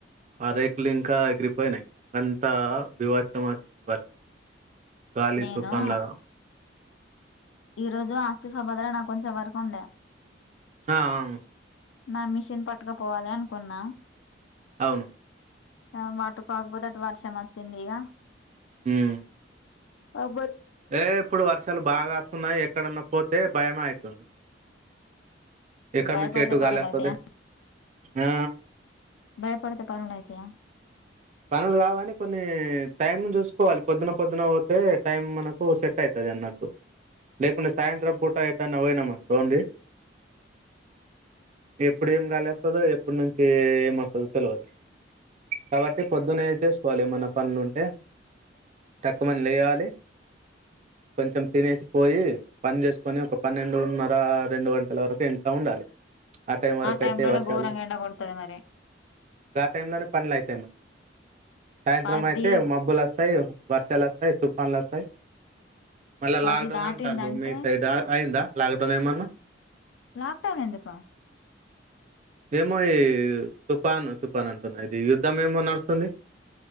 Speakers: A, on the right (about 40°); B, on the left (about 85°).
A: అ రేకులు ఇంక ఎగిరిపోయినయి అంతా బీభత్సం వచ్చింది వర్షం గాలి
B: నేను
A: తుఫాన్ లాగా
B: ఈ రోజు ఆసిఫబాద్లో నాకు కొంచెం వర్క్ ఉండే
A: ఆ అహు
B: నా మిషన్ పట్టుకపోవలి అనుకున్న
A: అవును
B: ఆ మాటు కాకపోతే అటు వర్షం వచ్చింది ఇగ
A: ఉమ్
B: అ
A: ఏ ఇప్పుడు వర్షాలు బాకాస్తున్నాయి ఎక్కడన్నా పోతే భయమే అయితుంది ఎక్కనుంచి
B: భయపడితే
A: ఎటుగాలోస్తుంది
B: పనులు అయితాయా
A: ఆ
B: భయపడుతే పనులయితయ
A: పనులు కావని కొన్ని టైమ్ చూసుకోవాలి పొద్దున్న పొద్దున పోతే టైమ్ మనకు సెట్ అయితది న్నట్టు లేకుంటే సాయంత్రం పూట ఎక్కడ పోయినమనుకోండి ఇ ఇప్పుడు ఏం గాలోస్తుందో ఎప్పటి నుంచి ఎం వస్తుందో తెలవది కాబ టీ పొద్దునే శేసుకోవాలి ఏమన్న పనులుంటే టక్కుమని లేవాలి కొంచెం తినేసి పోయి పని చేసుకొని ఒక పన్నెండున్నర రెండు గంటల వరకు ఇంట్లో ఉండాలి ఆ టైం వరకు
B: టైమ్
A: అయితే
B: లోనే
A: వర్షాలు
B: ఘోరంగా ఎండ కొడుతది మరి
A: ఆ టైం పనులు అయితే సాయంత్రం
B: పది
A: అయితే మబ్బులు అస్తాయి వర్షాలు అస్తాయి తుఫాన్లు అస్తాయి మళ్ళా
B: పది
A: లాక్ డౌన్
B: దాటిందంటే
A: అంటన్రు మీ సైడ్ అ అయిందా లాక్ డౌన్ ఏమన్నా
B: లాక్ డౌన్ ఎందుకు
A: ఏమో ఈ తుపాన్ తుపాన్ అంటున్నా ఇది యుద్ధం ఏమో నడుస్తుంది.